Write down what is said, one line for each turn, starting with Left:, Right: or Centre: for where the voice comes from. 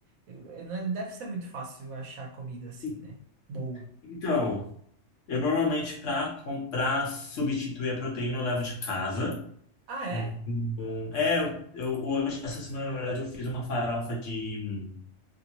Right: eh, não é- deve ser muito fácil achar comida assim,
Left: en-
Right: né? Boa.
Left: então, eu normalmente, para comprar, substituir a proteína, eu levo de casa.
Right: Ah, é?
Left: Então, é, eu, eu hoje, essa semana, na verdade, eu fiz uma farofa de,